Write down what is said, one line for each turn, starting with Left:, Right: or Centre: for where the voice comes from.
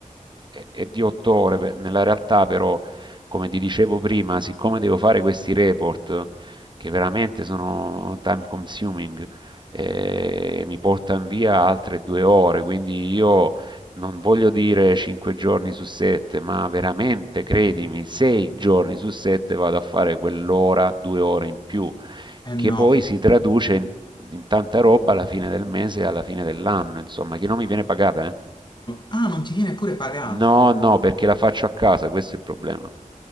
Right: è- è di otto ore, beh, nella realtà però, come ti dicevo prima, siccome devo fare questi report che veramente sono time consuming, eh, mi portano via altre due ore, quindi io non voglio dire cinque giorni su sette, ma veramente, credimi, sei giorni su sette vado a fare quell'ora, due ore in più
Left: Eh no.
Right: che poi si traduce in, in tanta roba alla fine del mese e alla fine dell'anno, insomma, che non mi viene pagata, eh.
Left: Ah, non ti viene pure pagata.
Right: No, no, perché la faccio a casa, questo è il problema.